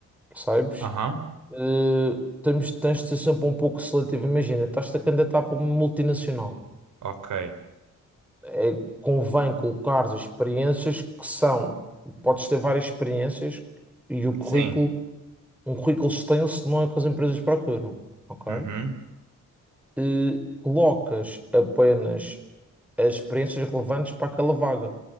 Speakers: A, in the centre; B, on the right.
A: percebes?
B: Aham.
A: eh, temos, tens de ser sempre um pouco seletivo. Imagina, estás-te a candidatar para uma multinacional.
B: Ok.
A: É, convém colocar as experiências que são, podes ter várias experiências e o currículo,
B: Sim.
A: um currículo extenso não é o que as empresas procuram, ok?
B: Uhum.
A: e colocas apenas as experiências relevantes para aquela vaga.